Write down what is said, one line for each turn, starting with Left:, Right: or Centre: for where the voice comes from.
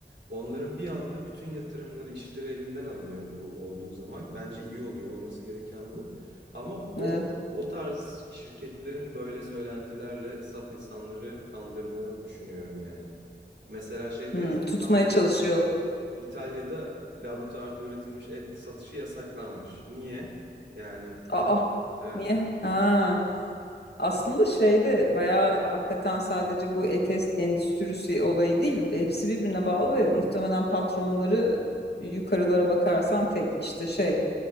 Right: onların bir anda bütün yatırımları işleri elinden alınıyor bu olduğu zaman. Bence iyi oluyor olması gereken bu. Ama o
Left: Evet.
Right: o tarz şirketlerin böyle söylentilerle saf insanları kandırdığını düşünüyorum yani. Mesela şeyde
Left: Hmm,
Right: yasaklanmış.
Left: tutmaya çalışıyor.
Right: İtalya'da laboratuvarda üretilmiş et satışı yasaklanmış. Niye? Yani
Left: Aa,
Right: hiç evet
Left: niye? Aa, aslında şeyde bayağı hakikaten sadece bu ETS endüstrisi olayı değil. Hepsi birbirine bağlı ve muhtemelen patronları yukarılara bakarsan tek işte şey.